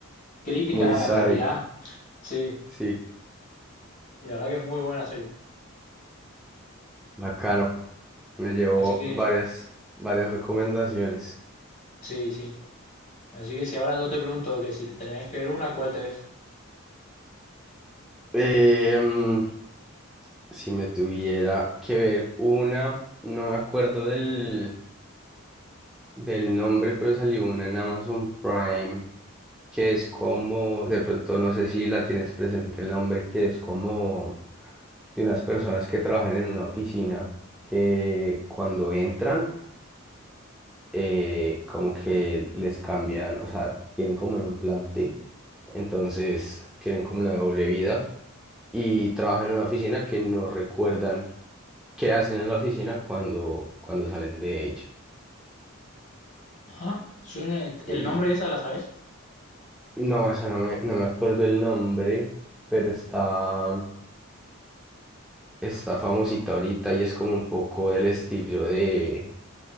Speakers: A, on the left; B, in the centre.
A: críticas
B: muy
A: a
B: sádico.
A: la realidad. Sí,
B: Sí,
A: y la verdad que es muy buena serie.
B: bacano. Me llevo
A: Así que,
B: varias, varias recomendaciones.
A: sí, sí. Así que si ahora yo te pregunto que si te tenés que ver una, ¿cuál te ves?
B: Em, si me tuviera que ver una, no me acuerdo del, del nombre, pero salió una en Amazon Prime. que es como, de pronto no sé si la tienes presente el nombre, que es como de unas personas que trabajan en una oficina que cuando entran, eh, como que les cambian, o sea, tienen como un implante, entonces tienen como una doble vida y trabajan en una oficina que no recuerdan qué hacen en la oficina cuando, cuando salen de ella.
A: Ajá. Suena,
B: Y,
A: el
B: y-
A: nombre esa la sabes.
B: no, esa no me, no me acuerdo el nombre, pero está... está famosita ahorita y es como un poco el estilo de,